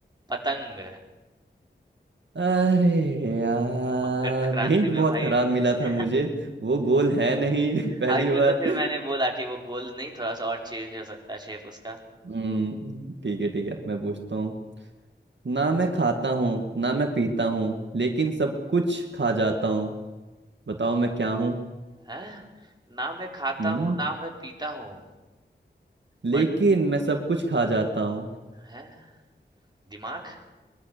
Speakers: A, on the right (about 25°); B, on the right (about 75°).
A: पतंग
B: अरे यार
A: मकर संक्रांति
B: हिंट
A: में
B: बहुत
A: भाई
B: खराब
A: पत...
B: मिला
A: <laughs>
B: था मुझे वो गोल है नहीं <laughs> पहली
A: हाँ, इसलिए
B: बात
A: तो फिर मैंने बोला कि वो गोल नहीं थोड़ा सा और चेंज हो सकता है शेप उसका
B: हम्म, ठीक है ठीक है मैं पूछता हूँ ना मैं खाता हूँ ना मैं पीता हूँ लेकिन सब कुछ खा जाता हूँ बताओ मैं क्या हूँ
A: है ना मैं खाता
B: हम्म
A: हूँ ना मैं पीता हूँ
B: लेकिन
A: बट
B: मैं सब कुछ खा जाता हूँ
A: है दिमाग